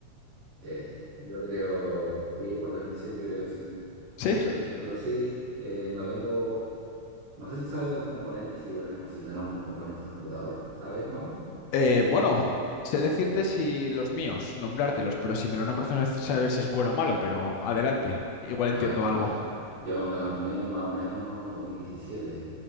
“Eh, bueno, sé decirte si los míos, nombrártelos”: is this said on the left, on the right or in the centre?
Left